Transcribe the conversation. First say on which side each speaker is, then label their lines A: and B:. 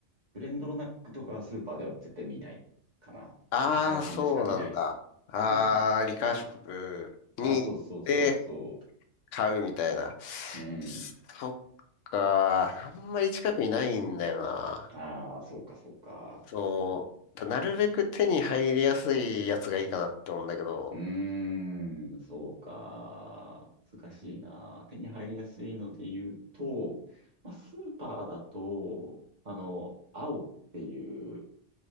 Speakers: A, on the right; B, on the left.
A: ブレンドロナックとかはスーパーでは絶対見ないかな。
B: ああー、
A: 酒屋さんでしか見ない。
B: そうなんだ。ああ、
A: うん。
B: リカーショップに行って
A: あ、そうそうそうそ
B: 買うみたいな。
A: う。うん。
B: そっか、あんまり近くにないんだよな。
A: ああ、そうか、そうか。
B: そう、だなるべく手に入りやすいやつがいいかなって思うんだけど。
A: うーん、そうか。難しいな。手に入りやすいので言うと、まあ、スーパーだと、あの、青っていう